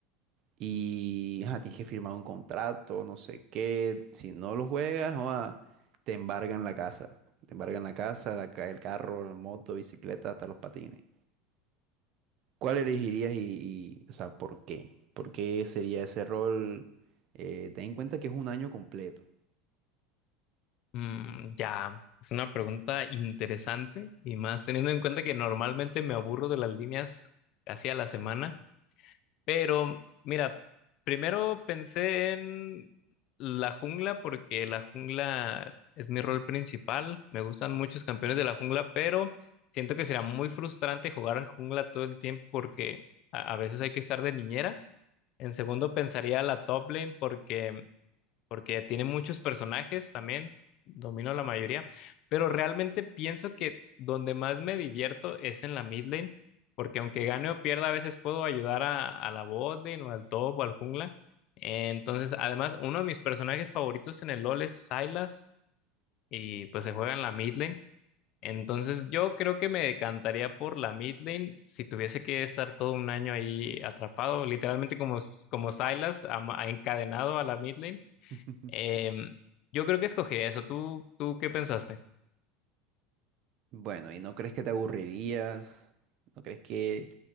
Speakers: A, on the right (about 45°); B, on the left (about 50°).
A: Y ajá, tienes que firmar un contrato, no sé qué. Si no lo juegas, joa, te embargan la casa. Te embargan la casa, la ca- el carro, la moto, bicicleta, hasta los patines. ¿Cuál elegirías y, y, o sea, por qué? ¿Por qué sería ese rol? Eh, ten en cuenta que es un año completo.
B: Mm, ya, es una pregunta interesante y más teniendo en cuenta que normalmente me aburro de las líneas casi a la semana, pero mira, primero pensé en la jungla porque la jungla es mi rol principal, me gustan muchos campeones de la jungla, pero siento que será muy frustrante jugar jungla todo el tiempo porque a, a veces hay que estar de niñera. En segundo pensaría la top lane porque porque tiene muchos personajes también, domino la mayoría, pero realmente pienso que donde más me divierto es en la mid lane, porque aunque gane o pierda, a veces puedo ayudar a, a la bot lane o al top o al jungla. Entonces, además, uno de mis personajes favoritos en el LoL es Sylas y pues se juega en la mid lane. Entonces, yo creo que me decantaría por la mid lane si tuviese que estar todo un año ahí atrapado, literalmente como, como Sylas, ama- encadenado a la mid lane.
A: <laughs>
B: Em, yo creo que escogería eso. ¿Tú, tú qué pensaste?
A: Bueno, ¿y no crees que te aburrirías? ¿No crees que